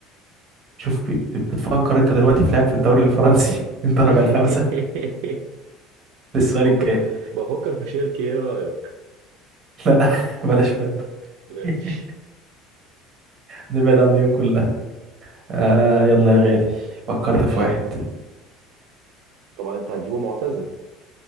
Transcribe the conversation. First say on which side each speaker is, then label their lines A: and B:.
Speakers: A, on the right; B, on the right.
A: شوف ب- ب- بتفكر انت دلوقتي في لعب في الدوري الفرنسي <laughs> الدرجه
B: <laughs>
A: الخامسه للسؤال
B: فكر
A: الجاي
B: بفكر في شركة ايه رأيك
A: لا <laughs> بلاش منه
B: ماشي
A: <laughs> نبعد عن ليون كلها آه يلا يا غالي فكرت
B: ماشي
A: في واحد
B: طبعا انت هتجيبه معتزل